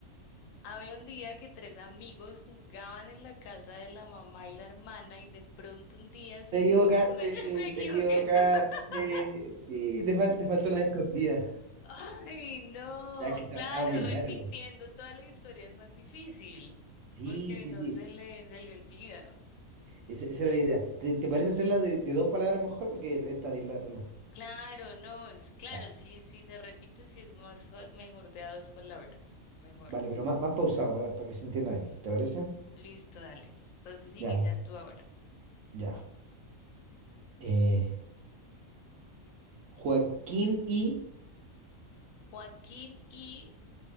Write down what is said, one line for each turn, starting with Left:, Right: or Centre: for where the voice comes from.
Left: Había un día que tres amigos jugaban en la casa de la mamá y la hermana y de pronto un día se
Right: Te equivocaste,
Left: dio cuenta, <laughs> me equivoqué.
Right: te equivocaste,
Left: <laughs>
Right: sí, te fal- te faltó la escondida.
Left: Ay, no,
Right: Ya que está-
Left: claro,
Right: estaba muy
Left: repitiendo
Right: largo.
Left: toda la historia es más difícil
Right: Sí,
Left: porque
Right: sí,
Left: no
Right: sí.
Left: se le, se le olvida.
Right: Esa, esa era la idea. ¿Te, te parece hacerla de, de dos palabras mejor? Porque todavía está bien largo.
Left: Claro, no, es claro,
Right: Ya.
Left: sí, sí se repite, sí es más fa- mejor de a dos palabras, mejor.
Right: Vale, pero más, más pausado para, para que se entienda bien. ¿Te parece?
Left: Listo, dale. Entonces inicia
Right: Ya,
Left: tú ahora.
Right: ya. Eh, Joaquín y
Left: Joaquín y